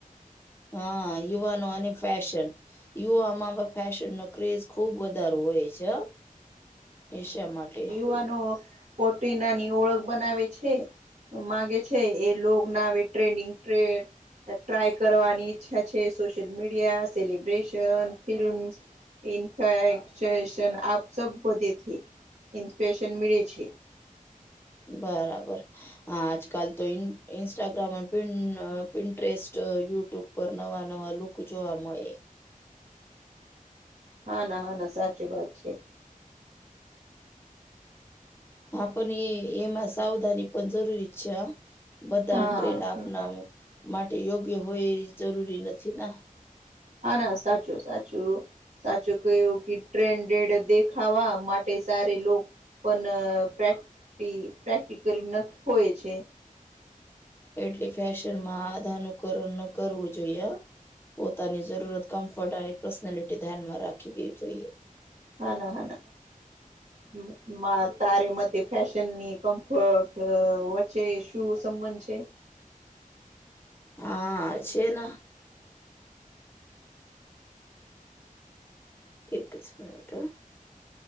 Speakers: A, on the left; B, on the right.
A: હા યુવાનો અને ફેશન યુવામાં ફેશન નો ક્રેઝ. ખુબ વધાર હોય છે એશિયા માટે.
B: બનો. મોટી નાની ઓળખ બનાવે છે માંગે છે એ લોગ ને આવે ટ્રેડિંગ. <inaudible> ટ્રાય કરવાની ઈચ્છા છે સોશિયલ મીડિયા, સેલિબ્રેશન, ફિલ્મ્સ. ઇનફેક્શશન આપ સબ બધેથી ઈન્સ્પીરેશન મળે છે.
A: બરાબર આજ- કાલ તો ઇન્સ્ટાગ્રામ અને પ્રિન્ટરેસ્ટ યુટ્યુબ પર નવા નવા લુક જો આમ એ
B: હા ના હા ના સાચી વાત છે.
A: હા પણ એ એમાં સાવધાની પણ જરૂરી જ છે હ બધા
B: હા
A: ટ્રેન્ડ આપના માટે યોગ્ય હોય એ જરૂરી નથી ના
B: ના ના સાચું સાચું. સાચું કયુ કે ટ્રેન્ડેડ દેખાવા માટે સારે લો પણ પ્રક્ટિ પ્રેક્ટિકલ નખ હોય છે.
A: એટલે ફેશનમાં આધાનુકરણ ન કરવું જોઈએ હ. પોતાની જરૂરત કમ્ફર્ટ અને પર્સનાલિટી ધ્યાનમાં રાખી દેવી જોઈએ.
B: હા ના હ ના. તારે મતે ફેશન ની કમ્ફર્ટ વચ્ચે શું સંબંધ છે?
A: હા છે ન એક જ મિનિટ હો.